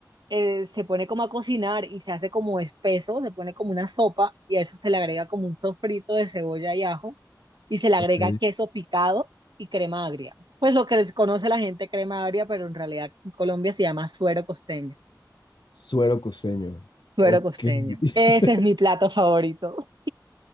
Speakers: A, on the right (about 85°); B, on the left (about 85°).
A: eh, se pone como a cocinar y se hace como espeso, se pone como una sopa y a eso se le agrega como un sofrito de cebolla y ajo y se le agrega
B: ok.
A: queso picado y crema agria. Pues lo que conoce la gente crema agria, pero en realidad en Colombia se llama suero costeño.
B: Suero costeño.
A: Suero
B: Ok.
A: costeño.
B: <laughs>
A: Ese es mi plato favorito.